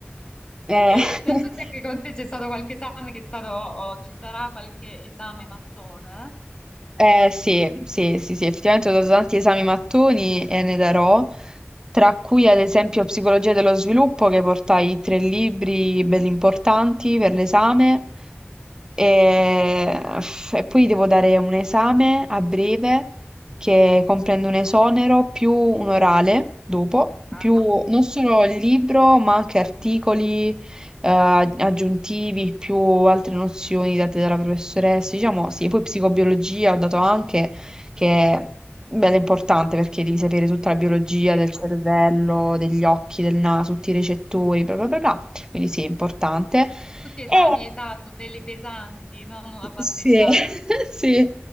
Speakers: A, on the right (about 15°); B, on the left (about 30°).
A: Eh,
B: <laughs> Non
A: <laughs>
B: so se anche con te c'è stato qualche esame che è stato, o ci sarà qualche esame mattone.
A: Eh sì, sì, sì, sì, effettivamente ho dato tanti esami mattoni e ne darò, tra cui ad esempio Psicologia dello sviluppo, che portai tre libri belli importanti per l'esame, e, e poi devo dare un esame a breve che comprende un esonero più un orale dopo,
B: Ah,
A: più
B: cavolo.
A: non solo il libro, ma anche articoli eh, aggiuntivi, più altre nozioni date dalla professoressa, diciamo sì, poi psicobiologia ho dato anche che bella è bella importante perché devi sapere tutta la biologia
B: Sì.
A: del cervello, degli occhi, del naso, tutti i recettori, bla bla bla, bla. Quindi sì, è importante.
B: Tutti esami,
A: E
B: esatto, belli pesanti, non una passeggiata.
A: sì, <laughs> sì.